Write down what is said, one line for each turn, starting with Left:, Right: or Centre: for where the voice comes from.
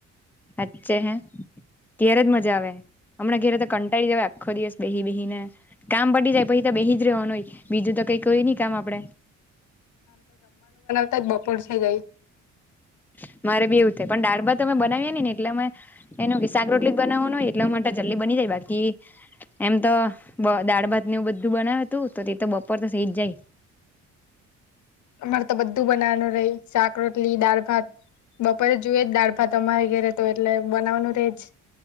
Centre: અચ્છે હૈ તરત મજા આવે હમણા ઘેરે તો કંટાળી જવા આખો દિવસ બેહી બેહી ને કામ પડી જાય પછી તો બેહી જ રહેવાનું હોય બીજું તો કઈ કોઈ નહી કામ આપડે
Left: તત બપરસ જાય
Centre: હ મારે બેવું થાય પણાળા અમે બનાવી્યા ને એટલેમે એ વિાક રોટલી જ બનાવવા ન હોય એટલે માટે જલ્દી બની જાય બાકી એમ તો દાળ ભાત નું બધું બનાવ્યું હતું તો તે તો બપોર તો સઇ જ જાય
Left: અમારે તો બધું બનાવાનું ર શાક રોટલી દાળ ભાત બપોરે જોુય જ દાળભા તમારે ઘેરે તો એટલે બનાવવાનું રેજ